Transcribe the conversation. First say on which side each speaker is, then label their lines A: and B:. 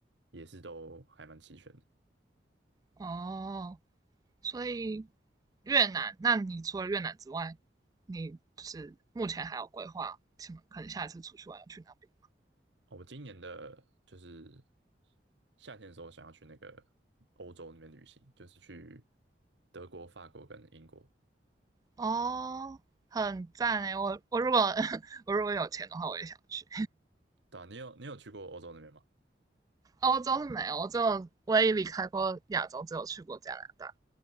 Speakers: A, on the right (about 80°); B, on the right (about 20°).
A: 也是都还蛮齐全的。
B: 哦，所以越南，那你除了越南之外，你就是目前还有规划，什么？可能下一次出去玩要去哪边？
A: 哦，我今年的就是夏天的时候想要去那个欧洲那边旅行，就是去德国、法国跟英国。
B: 哦，很赞诶，我我如果 <laughs> 我如果有钱的话，我也想去。
A: 对啊，你有你有去过欧洲那边吗？
B: 欧洲是没有，我只有唯一离开过亚洲，只有去过加拿大。